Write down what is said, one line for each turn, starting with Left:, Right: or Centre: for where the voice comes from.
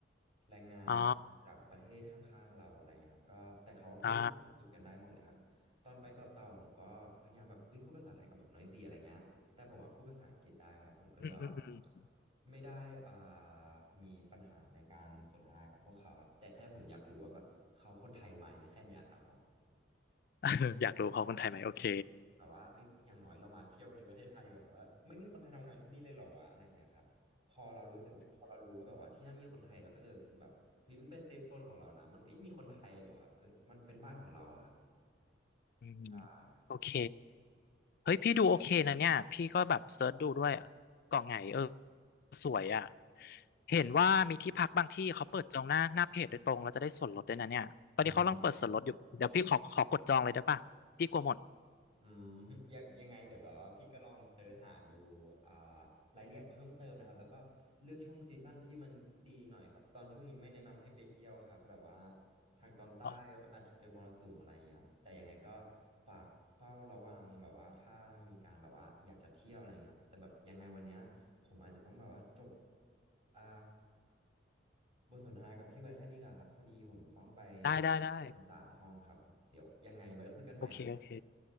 Right: แรงงานจากประเทศข้างๆเราอะไรเงี้ยครับก็แต่เขาว่าพูดภาษาอังกฤษกันได้หมดเลยครับตอนไปเกาะเต่าผมก็พยายามแบบเอ้ยพูดภาษาไทยกับผมหน่อยสิอะไรเงี้ย
Left: อ๋ออ่า
Right: แต่ผมอะพูดภาษาอังกฤษได้ครับผมก็เลยแบบว่า
Left: อืมอืม <laughs> อืม
Right: ไม่ได้อ่ามีปัญหาในการสนทนากับพวกเขาครับแต่แค่ผมอยากรู้ว่าแบบเขาคนไทยไหมแค่เนี้ยครับผม
Left: เอออยากรู้เขาคนไทยไหมโอเค
Right: แบบว่าเอ้ยอย่างน้อยเรามาเที่ยวในประเทศไทยแบบว่าไม่มีคนไทยทำงานที่นี่เลยเหรอวะอะไรเงี้ยครับพอเรารู้สึกพอเรารู้ว่าแบบว่าที่นั่นมีคนไทยเราก็จะรู้สึกแบบเฮ้ยมันเป็นเซฟโซนของเรานะมันก็ยังมีคนไทยแบบว่าเอ้ยมันเป็นบ้านของเราอะครับ
Left: อืม
Right: ใช่ครับ
Left: โอเคเฮ้ยพี่ดูโอเคนะเนี่ยพี่ก็แบบเซิร์ชดูด้วยอะเกาะไหงเออสวยอ่ะเห็นว่ามีที่พักบางที่เขาเปิดจองหน้าหน้าเพจโดยตรงเราจะได้ส่วนลดด้วยนะเนี่ยตอนนี้เขากำลังเปิดส่วนลดอยู่เดี๋ยวพี่ขอขอกดจองเลยได้ป่ะพี่กลัวหมด
Right: อ่ะอืม อืม <laughs> ยังยังไงเดี๋ยวแบบว่าพี่ก็ลองเสิร์ชหาดูอ่ารายละเอียดเพิ่มเติมนะครับแล้วก็เลือกช่วงซีซั่นที่มันดีหน่อยครับตอนช่วงนี้ไม่แนะนำให้ไปเที่ยวครับแบบว่าทางตอนใต้อาจจะเจอมรสุมอะไรอย่างเงี้ยครับแต่ยังไงก็
Left: อ๋อ
Right: ฝากเฝ้าระวังแบบว่าถ้ามีการแบบว่าอยากจะเที่ยวอะไรเงี้ยครับแต่แบบยังไงวันเนี้ยผมอาจจะต้องแบบว่าจบอ่าบทสนทนากับพี่ไว้แค่นี้ก่อนครับพอดีผมต้องไป
Left: ได้ได้ได้
Right: ทำความสะอาดห้องครับผมเดี๋ยวยังไงไว้คุยกันใหม่นะ
Left: โอเค โอเค